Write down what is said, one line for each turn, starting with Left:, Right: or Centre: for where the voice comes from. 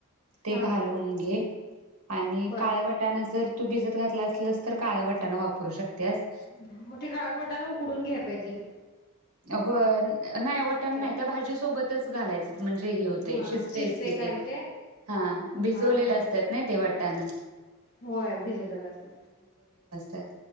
Right: ते
Left: हा
Right: घालून घे. आणि
Left: बर
Right: कालवट जर तू भिजत घातला असलस तर काळं वटाण वापरू शकतेस.
Left: मग ते काळवटान उकडून घ्याय पाहिजे.
Right: होय नाही वटण
Left: त्यात
Right: नाही त्या भाजीसोबत तच घालायच. म्हणजे हे होते
Left: हा
Right: शिजतेच
Left: शिजते
Right: की
Left: काय
Right: ते
Left: मग
Right: हा भिजवलेल
Left: हा हा
Right: असतात नाही ते वाटा. त्यान.
Left: होय भिजत घालत असतात.
Right: तर